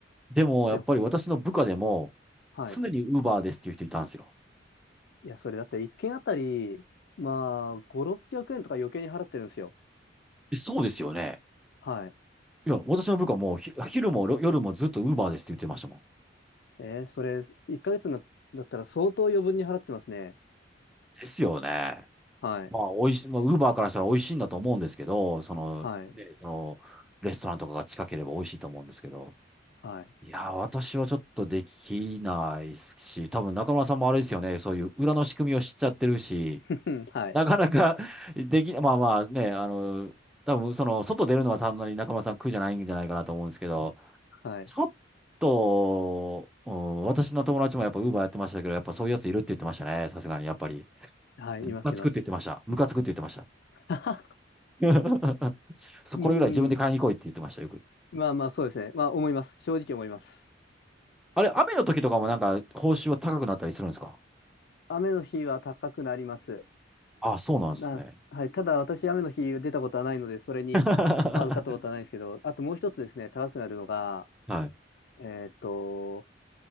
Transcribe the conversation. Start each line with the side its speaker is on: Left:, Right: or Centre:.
Centre: でもやっぱり私の部下でも、
Left: で、はい。
Centre: 常にウーバーですっていう人いたんですよ。
Left: いや、それだって一軒あたり、まあ、5、600円とか余計に払ってるんですよ。
Centre: えそうですよね。
Left: はい。
Centre: いや、私の部下もひ、昼も夜もずっとウーバーですって言ってましたもん。
Left: えーそれ、1ヶ月な、だったら相当余分に払ってますね。
Centre: ですよね。
Left: はい。
Centre: まあ、美味しい、まあ、ウーバーからしたら美味しいんだと思うんですけど、その、
Left: はい。
Centre: ね、その、レストランとかが近ければ美味しいと思うんですけど、
Left: はい。
Centre: いやー、私はちょっとできないですし、多分中村さんもあれですよね、そういう裏の仕組みを知っちゃってるし、
Left: <laughs> はい。
Centre: なかなか <laughs> でき、まあまあね、あの、多分その、外出るのはそんなに中村さん苦じゃないんじゃないかなと思うんですけど、
Left: はい。
Centre: ちょっと、うん、私の友達もやっぱウーバーやってましたけど、やっぱそういうやついるって言ってましたね、さすがにやっぱり。
Left: はい。
Centre: ムカつくって言ってました。
Left: います、います。
Centre: ムカつくって言ってました。
Left: <laughs>
Centre: <laughs> そうこれぐらい自分で買いに来いって言ってました、
Left: うん。
Centre: よく。
Left: まあまあ、そうですね。まあ、思います。正直思います。
Centre: あれ、雨の時とかもなんか報酬は高くなったりするんですか
Left: 雨の日は高くなります。
Centre: あ、そうなんですね。
Left: あ、はい。ただ、私、雨の日出たことはないので、それに預かったことはないんですけど、
Centre: <laughs>
Left: あともう一つですね、高くなるのが、
Centre: はい、
Left: えーっと、